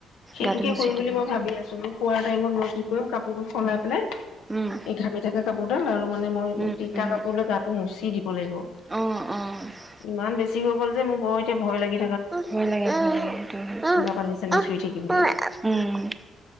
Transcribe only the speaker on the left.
সেইটোকে
কৰিম বুলি
মই ভাবি আছোঁ। খোৱা টাইমত কি কৰিম কাপোৰ। সেইটো
সলাই পেলাই
এই ঘামি থকা কাপোৰডাল আৰু মানে মই
তিতা কাপোৰ লৈ গাটো মুচি। কি হ'ব
ইমান বেছি হৈ গ'ল। যে মোৰ বৰ এতিয়া ভয় লাগে।
পানী চানী চুই থাকিবলৈ।